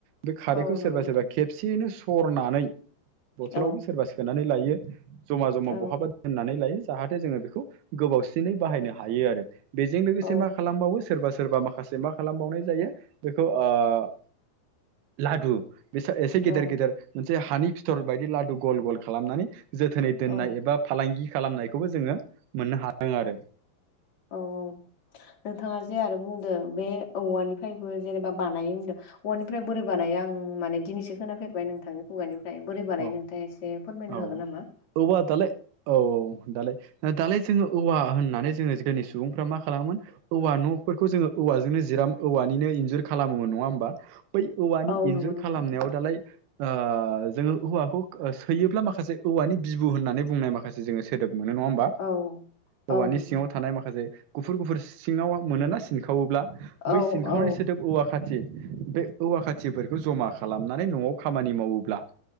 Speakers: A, on the right (about 80°); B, on the left (about 30°).
A: बे खारैखौ
B: औ
A: सोरबा
B: नंगौ नोंथां
A: सोरबा खेबसेयैनो सरनानै बथलावबो
B: औ
A: सोरबा सोनानै लायो जमा जमा
B: औ
A: बहाबा दोननानै लायो। जाहाथे जोङो बेखौ गोबावसिनै बाहायनो हायो आरो बेजों लोगोसे
B: औ
A: मा खालामबावो सोरबा सोरबा माखासे मा खालामबावनाय जायो बेखौ ओ लादु बे सा एसे गेदेर
B: औ
A: गेदेर मोनसे हानि फिथर बायदि लादु गल गल खालामनानै जोथोनै दोननाय
B: औ
A: एबा फालांगि खालामनायखौबो जोङो मोननो हादों आरो
B: औ औ नोंथाङा जे आरो बुंदों बे औवानिफ्रायबो जेनेबा बानायो होनदों औवानिफ्राय बोरै बानायो आं माने दिनैसो खाेफेरबाय नोंथांनि खुगानि फ्राय बोरै बानाय
A: औ
B: नोंथाङा एसे फोरमायनो
A: औ
B: हागोन नामा?
A: औवा दालाय औ दालाय दालाय जोङो औवा होननानै जोङो जोंनि सुबुंफ्रा मा खालामोन औवा नफोरखौ जोङो औ औवाजोंनो जिराम औवानिनो इनज जुर खालामोमोन नङा होमबा बै औवानि
B: औ
A: इन्जुर
B: नंगौ नोंथां
A: खालामनायाव दालाय ओ जोङो औवाखौ सोयोब्ला माखासे औवानि बिबु होननानै बुंनाय माखासे जोङो सोदोब मोनो नङा होमबा
B: औ
A: हौवानि
B: औ नंगौ
A: सिङाव
B: नोंथां
A: थानाय माखासे गुफुर गुफुर सिङाव मोनोना सिनखावोब्ला
B: औ
A: बै सिनखावनाय
B: औ
A: सोदोब औवा खाथि बे औवा खाथिफोरखौ जमा खालामनानै नआव खामानि मावोब्ला